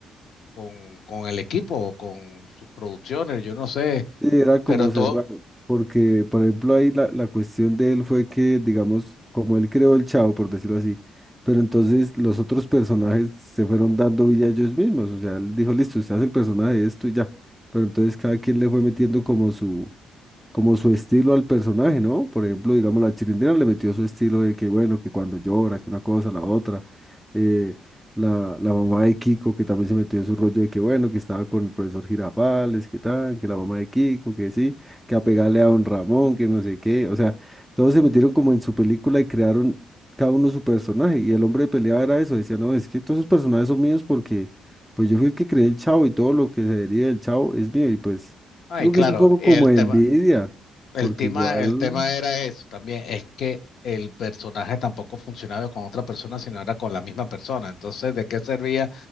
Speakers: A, on the left; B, in the centre.
A: con, con el equipo o con sus producciones, yo no sé,
B: Sí, era como
A: pero todo,
B: cerrado, porque por ejemplo ahí la, la cuestión de él fue que, digamos, como él creó el Chavo, por decirlo así, pero entonces los otros personajes se fueron dando vida a ellos mismos, o sea, él dijo, listo, usted hace el personaje de esto y ya, pero entonces cada quien le fue metiendo como su, como su estilo al personaje, ¿no? Por ejemplo, digamos, la Chilindrina le metió su estilo de que, bueno, que cuando llora, que una cosa, la otra. Eh, la, la mamá de Kiko, que también se metió en su rollo de que, bueno, que estaba con el profesor Girafales, que tal, que la mamá de Kiko, que sí, que a pegarle a don Ramón, que no sé qué. O sea, todos se metieron como en su película y crearon cada uno su personaje. Y el hombre de pelea era eso, decía, no, es que todos esos personajes son míos porque, pues yo fui el que creé el Chavo y todo lo que se deriva del Chavo es mío y pues...
A: ay,
B: Digo
A: claro,
B: que es un poco
A: el
B: como envidia,
A: tema, el
B: porque
A: tema,
B: igual,
A: el tema era eso también, es que el personaje tampoco funcionaba con otra persona, sino era con la misma persona. Entonces, ¿de qué servía?